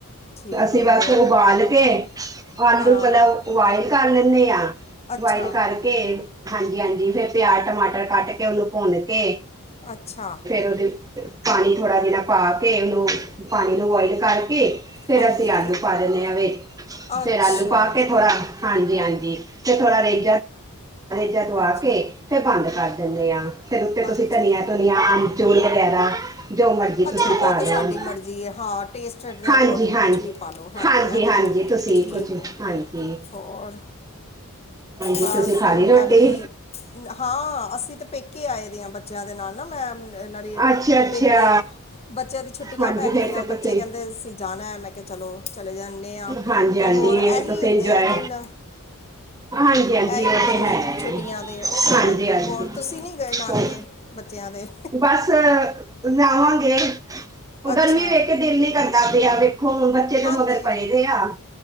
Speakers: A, on the left; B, on the right.
A: ਠੀਕ
B: ਅਸੀਂ
A: ਹੈ
B: ਬਸ
A: ਹੋਰ
B: ਉਬਾਲ ਕੇ ਆਲੂ
A: ਹਾਂ
B: ਚੰਨਾ ਉਬਾਲ ਕਰ ਲੈਂਦੇ ਹਾਂ
A: ਅੱਛਾ
B: ਬੁਈਲ ਕਰਕੇ ਹਾਂਜੀ ਹਾਂਜੀ ਫੇਰ ਪਿਆਜ਼ ਟਮਾਟਰ ਕੱਟ ਕੇ ਉਹਨੂੰ ਭੁੰਨ ਕੇ
A: ਅੱਛਾ!
B: ਉਹ ਪਾਣੀ ਥੋੜਾ ਜਿਣਾ ਪਾ ਕੇ ਉਹਨੂੰ ਪਾਣੀ ਨੂੰ ਬੋਇਲ ਕਰਕੇ ਫੇਰ
A: ਹਾਂਜੀ
B: ਅਸੀਂ ਆਲੂ ਪਾ ਦਿੰਦੇ ਹਾਂ ਵੀ
A: ਅੱਛਾ
B: ਫੇਰ ਆਲੂ ਪਾ ਕੇ
A: ਜੀ
B: ਥੋੜਾ ਹਾਂਜੀ! ਹਾਂਜੀ ਤੇ ਥੋੜਾ <unintelligible> ਆਦੇ ਜਦੋਂ ਆ
A: ਅੱਛਾ
B: ਕੇ ਫਿਰ ਬੰਦ ਕਰਦੇ ਧਨੀਆ ਫਿਰ ਉੱਤੇ ਤੁਸੀਂ
A: ਅੱਛਾ
B: ਧਨੀਆ ਧੁਨੀਆ ਚੂਲ ਵਗੈਰਾ ਜੋ ਮਰਜ਼ੀ
A: ਅੱਛਾ
B: ਤੁਸੀਂ
A: ਉਹ
B: ਪਾ
A: ਤਾਂ
B: ਦਿਓ
A: ਸਾਡੀ ਮਰਜ਼ੀ ਹੈ ਹਾਂ ਟੇਸਟ ਦੇ
B: ਹਾਂਜੀ
A: ਅਕੋਰਡਿੰਗ
B: ਹਾਂਜੀ
A: ਕੁਛ ਵੀ ਪਾ ਲਉ ਹਾਂਜੀ ਇਹ ਤਾਂ
B: ਹਾਂਜੀ
A: ਹੈ ਹੀ
B: ਤੁਸੀਂ
A: ਹੈ ਠੀਕ
B: ਕੁਛ
A: ਹੈ
B: ਹਾਂਜੀ
A: ਹੋਰ
B: ਹਾਂਜੀ
A: ਬਸ
B: ਤੁਸੀਂ ਖਾ ਲਈ
A: ਮੈਂ
B: ਰੋਟੀ
A: ਵੀ ਹਾਂ ਹਾਂ ਅਸੀਂ ਤੇ ਪੇਕੇ ਆਏ ਦੇ ਹਾਂ ਬੱਚਿਆਂ ਦੇ ਨਾਲ ਨਾ ਮੈਂ ਇਹਨਾਂ
B: ਅੱਛਾ ਅੱਛਾ
A: ਪੇਕੇ ਬੱਚਿਆਂ ਦੀ ਛੁੱਟੀਆਂ
B: ਹਾਂਜੀ
A: ਪੈ
B: ਫੇਰ
A: ਗਈਆਂ
B: ਤੇ
A: ਬੱਚੇ
B: ਤੁਸੀਂ
A: ਕਹਿੰਦੇ ਅਸੀਂ ਜਾਣਾ ਹੈ ਮੈਂ ਕਿਹਾ ਚਲੋ ਚਲੇ ਜਾਂਦੇ ਹਾਂ
B: ਹਾਂਜੀ
A: ਤੇ
B: ਹਾਂਜੀ
A: ਹੋਰ ਇਹੀ
B: ਤੁਸੀਂ
A: ਹੁੰਦੇ
B: ਇੰਜੋਏ
A: ਆ ਦਿਨ
B: ਹਾਂਜੀ ਹਾਂਜੀ
A: ਐਹੀ
B: ਉਹ
A: ਦਿਨ
B: ਤੇ ਹੈ
A: ਨੇ ਛੁੱਟੀਆਂ ਦੇ ਉਹ ਤੇ
B: ਹਾਂਜੀ
A: ਹੈ ਹੀ ਹੈ
B: ਹਾਂਜੀ
A: ਹੋਰ ਤੁਸੀਂ ਨੀ ਗਏ ਨਾਨਕੇ
B: ਓਕੇ
A: ਬੱਚਿਆਂ ਦੇ
B: ਬਸ ਜਾਵਾਂਗੇ
A: ਅੱਛਾ
B: ਗਰਮੀ ਵੇਖ ਕੇ ਦਿਲ ਨੀ ਕਰਦਾ ਪਿਆ ਵੇਖੋ ਹੁਣ ਬੱਚੇ ਤਾਂ
A: ਹਾਂਜੀ
B: ਮਗਰ ਪਏਦੇ ਆ